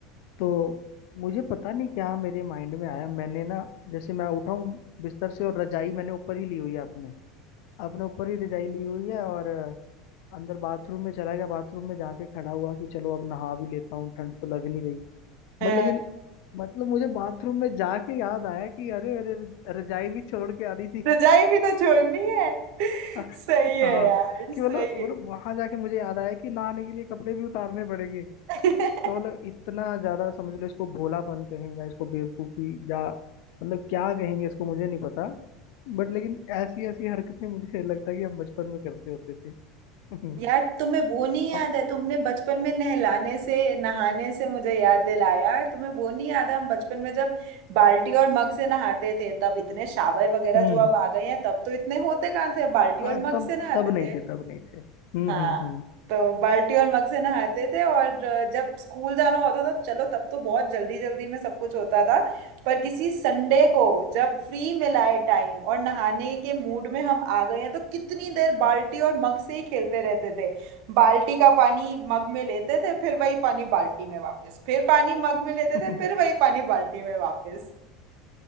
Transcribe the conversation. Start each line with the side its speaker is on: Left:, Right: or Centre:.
Left: तो मुझे पता नहीं क्या मेरे माइंड में आया मैंने ना जैसे मैं उठा हूँ बिस्तर से और रजाई मैंने ऊपर ही ली हुई है अपने अपने ऊपर ही रजाई ली हुई है और अ, अंदर बाथरूम में चला गया बाथरूम में जाके खड़ा हुआ कि चलो अब नहा भी लेता हूँ ठंड तो लग नहीं रही
Right: अ,
Left: बट लेकिन मतलब मुझे बाथरूम में जाके याद आया कि अरे अरे रजाई भी छोड़ के आ रही थी
Right: रजाई भी तो छोड़नी है <laughs>
Left: <laughs>
Right: सही है
Left: हाँ
Right: यार सही
Left: कि मतलब मतलब वहां जाके मुझे याद आया कि नहाने के लिए कपड़े भी उतारने पड़ेंगे
Right: है
Left: तो
Right: <laughs>
Left: मतलब इतना ज्यादा समझ लो इसको भोलापन कहें या इसको बेवकूफी या मतलब क्या कहेंगे इसको मुझे नहीं पता बट लेकिन ऐसी ऐसी हरकतें मुझे लगता है कि हम बचपन में करते होते थे <laughs>
Right: यार तुम्हें वो नहीं याद
Left: अब
Right: है तुमने बचपन में नहलाने से नहाने से मुझे याद दिलाया तुम्हें वो नहीं याद है हम बचपन में जब बाल्टी और मग से नहाते थे तब इतने शावर वगैरह
Left: हम्म
Right: जो अब आ गए हैं तब तो इतने होते कहाँ थे बाल्टी
Left: हाँ
Right: और मग
Left: तब
Right: से नहाते
Left: तब नहीं
Right: थे
Left: थे तब नहीं थे हम्म
Right: हाँ
Left: हम्म
Right: तो बाल्टी और मग से नहाते थे और अ, जब स्कूल जाना होता था चलो तब तो बहुत जल्दी जल्दी में सब कुछ होता था पर किसी संडे को जब फ्री मिला है टाइम और नहाने के मूड में हम आ गए हैं तो कितनी देर बाल्टी और मग से ही खेलते रहते थे बाल्टी का पानी मग में लेते थे फिर वही पानी बाल्टी में वापस फिर पानी मग में लेते
Left: हम्म
Right: थे फिर
Left: <laughs>
Right: वही पानी बाल्टी में वापस